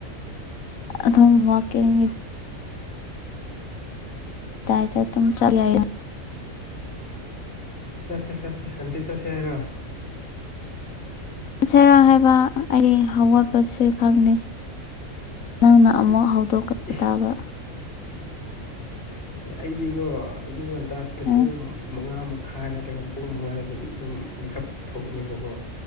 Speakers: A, on the left; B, on the left.
A: ꯑꯗꯨꯝꯋꯀꯤꯡ ꯌꯥ ꯇ ꯇ ꯆ ꯌꯥꯏ
B: ꯆꯠꯁꯦ ꯆꯠꯁꯤꯦ ꯍꯥꯟꯆꯤ ꯆꯠꯁꯦ ꯌꯥꯔꯣ
A: ꯁꯦꯔꯥ ꯍꯥꯏꯕ ꯑꯩ ꯍꯧꯋꯥꯠꯄꯁ ꯈꯪꯅꯤꯦ ꯅꯪꯅ ꯑꯃꯨꯛ ꯍꯧꯗꯣꯛ
B: ꯏꯁ
A: ꯇꯥꯕ
B: ꯑꯦ ꯑꯩꯗꯤꯀꯣ ꯑꯩꯁꯨ ꯉꯟꯇꯥꯁꯦ
A: ꯎꯝ
B: ꯄꯨꯡ ꯃꯉꯥꯃ ꯈꯥ ꯅꯠꯇ꯭ꯔꯒ ꯄꯨꯡ ꯃꯉꯥꯗ ꯑꯗꯨꯝ ꯑꯗꯨꯝ ꯃꯦꯀꯞ ꯊꯣꯛꯄꯅꯦꯕꯀꯣ